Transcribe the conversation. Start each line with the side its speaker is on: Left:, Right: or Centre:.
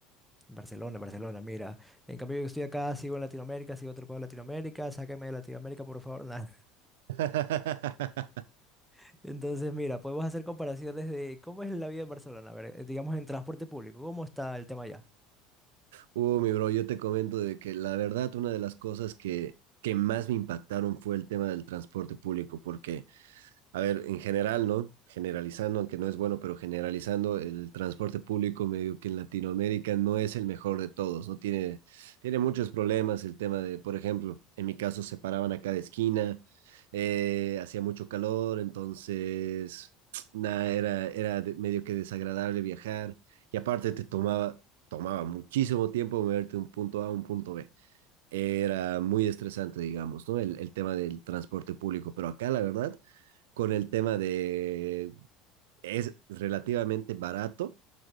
Centre: En Barcelona, Barcelona, mira. En cambio yo estoy acá, sigo en Latinoamérica, sigo otro pueblo de Latinoamérica, sáqueme de Latinoamérica, por favor. nah.
Right: <laughs>
Centre: <laughs> Entonces, mira, podemos hacer comparaciones de cómo es la vida en Barcelona, a ver, eh, digamos en transporte público, ¿cómo está el tema allá?
Right: Uh, mi bro, yo te comento de que la verdad, una de las cosas que, que más me impactaron fue el tema del transporte público, porque A ver, en general, ¿no? Generalizando, aunque no es bueno, pero generalizando, el transporte público medio que en Latinoamérica no es el mejor de todos, ¿no? Tiene, tiene muchos problemas el tema de, por ejemplo, en mi caso se paraban a cada esquina, eh, hacía mucho calor, entonces, <tsk> nada, era, era de- medio que desagradable viajar y aparte te tomaba, tomaba muchísimo tiempo moverte de un punto A a un punto B. Era muy estresante, digamos, ¿no? El, el tema del transporte público, pero acá la verdad con el tema de es relativamente barato,